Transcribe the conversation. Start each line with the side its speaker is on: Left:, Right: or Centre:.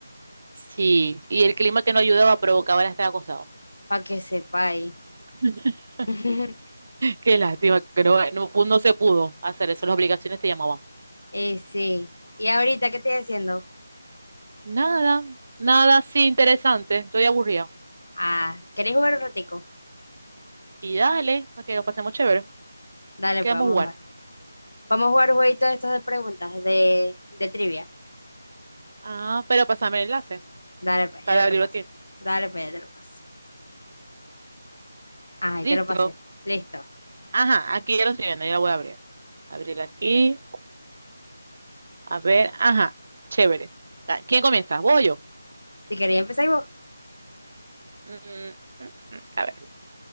Right: Sí, y el clima que no ayudaba provocaba el estar acostado.
Left: Para que sepáis.
Right: <laughs>
Left: <laughs>
Right: Qué lástima que no, no, pu- no se pudo hacer eso, las obligaciones te llamaban.
Left: Y sí, ¿y ahorita qué estoy haciendo?
Right: Nada, nada así interesante, estoy aburrida.
Left: Ah, ¿queréis jugar un ratico?
Right: Y dale, para que lo pasemos chévere,
Left: Dale,
Right: quedamos
Left: pues vamos
Right: a jugar.
Left: a jugar. Vamos a jugar un jueguito de estos de preguntas, de, de trivia.
Right: Ah, pero pásame el enlace
Left: Dale, pues
Right: para
Left: ya te
Right: abrirlo
Left: lo paso.
Right: aquí.
Left: Dale, pues ya te lo paso. Ah, ya
Right: Listo.
Left: te lo pasé. Listo.
Right: Ajá, aquí ya lo estoy viendo, ya lo voy a abrir. Abrir aquí. A ver, ajá, chévere. Ah, ¿Quién comienza? ¿Vos o yo?
Left: Si queréis, empezáis vos.
Right: Mm, mm, mm, a ver,